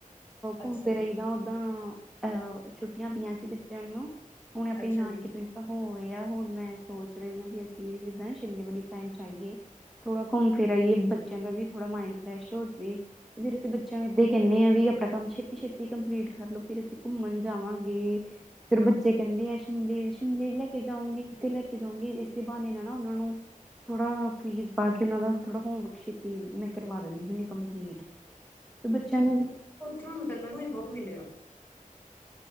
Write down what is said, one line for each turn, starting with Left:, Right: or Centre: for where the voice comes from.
Centre: ਘੁੰਮ
Left: ਅੱਛਾ
Centre: ਫਿਰ ਆਈਦਾ ਓਦਾਂ, ਅ ਛੁੱਟੀਆਂ ਪਈਆਂ ਸੀ ਬੱਚੇਆਂ ਨੂੰ। ਹੁਣ ਆਪੇਂ
Left: ਅੱਛਾ
Centre: ਨਾਨਕੇ
Left: ਜੀ
Centre: ਪਿੰਡ ਤਾਂ ਹੋ ਯਾ, ਹੁਣ ਮੈਂ ਸੋਚ ਰਈ ਆਂ ਬੀ ਅਸੀਂ ਵੀ ਜਿੱਦਾਂ ਸ਼ਿਮਲੇ ਵਾਲੀ ਵ ਜਾਇਏ ਮਥੋੜਾ ਘੁੰਮ ਫਿਰ ਆਈਏ, ਬੱਚੇਆਂ ਦਾ ਵੀ ਥੋੜਾ ਮਾਈੰਡ ਫ੍ਰੈਸ਼ ਹੋਜਵੇ। ਫੇਰ ਅਸੀਂ ਬੱਚੇਆਂ ਨੂੰ ਏਦਾਂ ਈ ਕਹਿਣੇ ਆ ਵੀ ਅਪਣਾ ਕੰਮ ਸੇ਼ਤੀ-ਸੇ਼ਤੀ ਕੰਪਲੀਟ ਕਰ ਲੋ ਫਿਰ ਅਸੀਂ ਘੁੰਮਣ ਜਾਵਾਂਗੇ। ਫੇਰ ਬੱਚੇ ਕੇਂਦੇ ਆ ਸ਼ਿਮਲੇ, ਸ਼ਿਮਲੇ ਲੈ ਕੇ ਜਾਂਓਗੇ। ਕਿਤੇ ਲੈ ਕੇ ਜਾਂਓਗੇ? ਏਸੇ ਬਾਹਾਨੇ ਨਾਲ ਨਾ ਓਨਾਂ ਨੂੰ ਥੋੜਾ ਫ੍ਰੀਜ਼ ਪਾ ਕੇ ਐਨਾਂ ਦਾ, ਥੋੜਾ ਹੋਮਵਕ ਸੇ਼ਤੀ ਮੈਂ ਕਰਵਾ ਦਨੀ ਹੁੰਨੀ ਕੰਪਲੀਟ। ਫੇ ਬੱਚਿਆਂ ਨੇ ਵੀ
Left: ਤੁਆਨੂੰ ਤਾਂ ਅਲਗ ਕੋਈ ਵਰਕ ਮਿਲੇਗਾ।